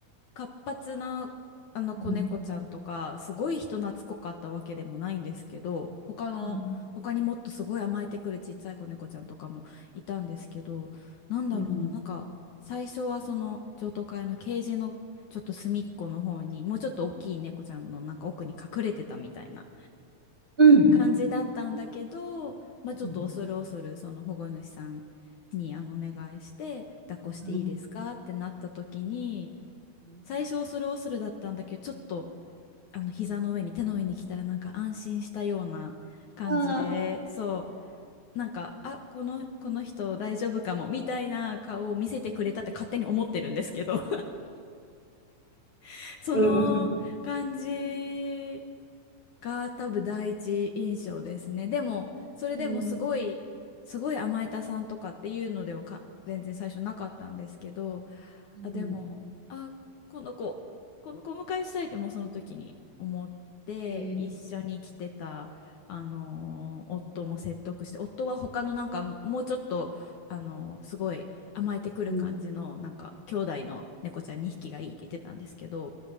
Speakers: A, on the left; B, on the right.
A: 活発なあの子猫ちゃんとかすごい人懐っこかったわけでもないんですけど他の他にもっとすごい甘えてくるちっちゃい子猫ちゃんとかもいたんですけどなんだろうななんか最初はその譲渡会のケージのちょっと隅っこの方にもうちょっと大きい猫ちゃんのなんか奥に隠れてたみたいな
B: うん、うん、うん、うん。
A: 感じだったんだけど、まあ、
B: うん、
A: ちょっと恐る恐るその保護主さんにあのお願いして抱っこしていいですかってなった時に
B: うん
A: 最初恐る恐るだったんだけどちょっとあの膝の上に手の上に来たらなんか安心したような感じでそ
B: ああ、
A: うなんかあこの、この人大丈夫かもみたいな顔を見せてくれたって勝手に思ってるんですけど <laughs> その感じ
B: うんうん
A: が多分第一印象ですね。でも、それでもすごい、
B: うん、
A: すごい甘えたさんとかっていうのではか全然最初なかったんですけど、
B: うん、
A: あ、でも、あ、この子、この子をお迎えしたいってもうその時に思って、
B: えー
A: 一緒に来てた、あのー夫も説得して、夫は他のなんかもうちょっと、あのーすごい甘えてくる感じの、
B: うん
A: なんか兄弟の猫ちゃん2匹がいいって言ってたんですけど、